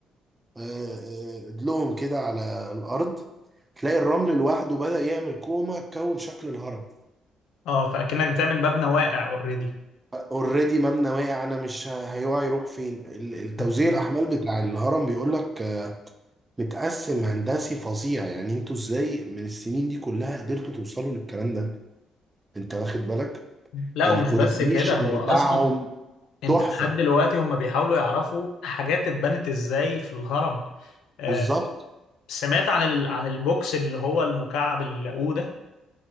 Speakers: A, on the right; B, on the left.
A: آه، آه، ادلهم كده على الارض تلاقي الرمل لوحده بدأ يعمل كومة كون شكل الهرم
B: اه فأكنك بتعمل مبنى واقع اوريدي
A: اوريدي مبنى واقع انا مش ه- هيقع يروح فين ال- التوزيع
B: اوكي
A: الاحمال بتاع الهرم بيقول لك متقسم هندسي فظيع يعني انتوا ازاي من السنين دي كلها قدرتوا توصلوا للكلام ده انت واخد بالك
B: لا
A: الكوردينيشن
B: ومش بس كده هو
A: بتاعهم
B: أصلا أنت
A: تحفة
B: لحد دلوقتي هم بيحاولوا يعرفوا حاجات اتبنت إزاي في الهرم آه،
A: بالظبط
B: سمعت عن ال... عن البوكس اللي هو المكعب اللاقوده